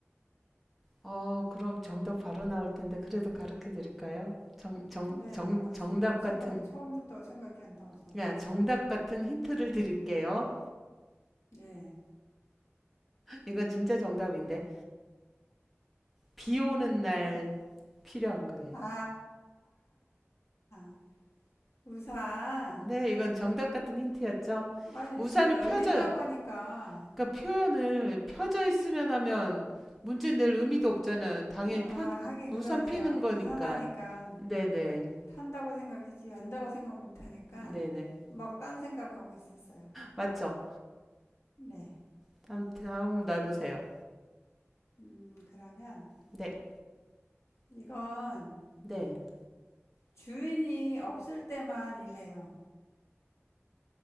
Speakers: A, in the centre; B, on the left.
A: 어, 그럼 정답 바로 나올 텐데 그래도 가르쳐 드릴까요? 정, 정,
B: 네네.
A: 정,
B: 아,
A: 정답
B: 지금 막 생각이,
A: 같은
B: 처음부터 생각이 안 나서.
A: 그냥 정답 같은 힌트를 드릴게요.
B: 네.
A: 이건 진짜 정답인데 비 오는 날
B: 네.
A: 필요한 거예요.
B: 아, 아, 아. 우산.
A: 네, 이건 정답 같은 힌트였죠.
B: 아니,
A: 우산은
B: 우산 열린다고
A: 펴져,
B: 하니까.
A: 그러니까 표현을 펴져 있으면 하면 문제 낼 의미도 없잖아요. 당연히
B: 아,
A: 펴,
B: 하긴
A: 우산
B: 그러네요.
A: 피는 거니까.
B: 우산 하니까
A: 네네,
B: 탄다고 생각했지, 연다고 생각 못 하니까
A: 네네.
B: 막 딴 생각하고 있었어요.
A: 맞죠?
B: 네.
A: 다음, 다음 날 보세요.
B: 음, 그러면
A: 네,
B: 이건
A: 네.
B: 주인이 없을 때만 일래요.